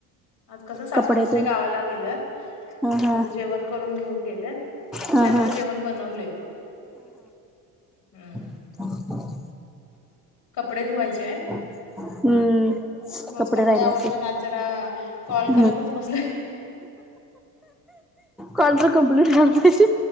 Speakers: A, on the left (about 65°); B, in the centre.
A: आज कसं सासू
B: कपडे
A: सासरीे
B: तेन
A: गावाला गेलं
B: हा हा
A: मग जेवण करून घेऊन गेले त्यामुळे
B: हा हा
A: जेवण बनवले हम्म
B: ह ह
A: कपडे धुवायचे
B: ह हम्म
A: रोज
B: कपडे राहिल्या
A: आवरतात
B: अस
A: आज जरा कॉल
B: ह्
A: करतच बसले
B: कॉलज कम्प्लीट करतेची